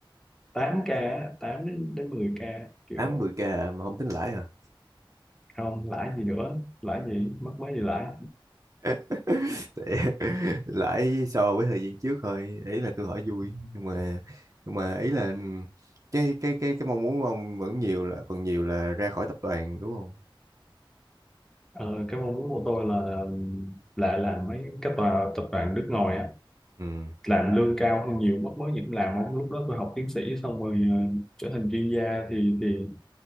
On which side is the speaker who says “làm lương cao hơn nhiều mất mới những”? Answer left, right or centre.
Centre